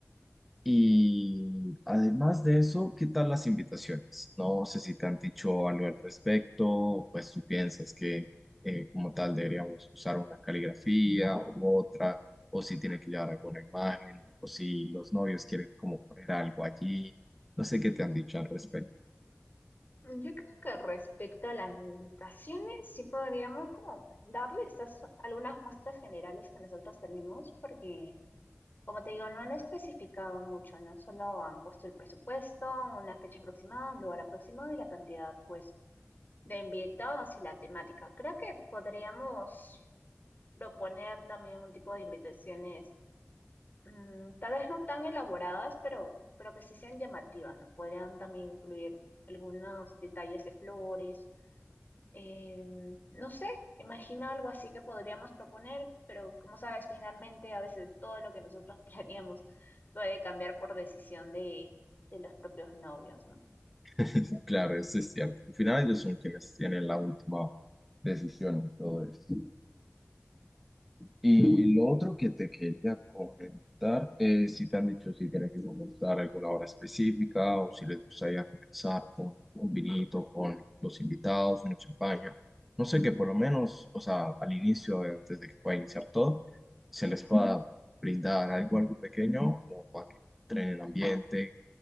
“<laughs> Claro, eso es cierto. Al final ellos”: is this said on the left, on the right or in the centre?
Centre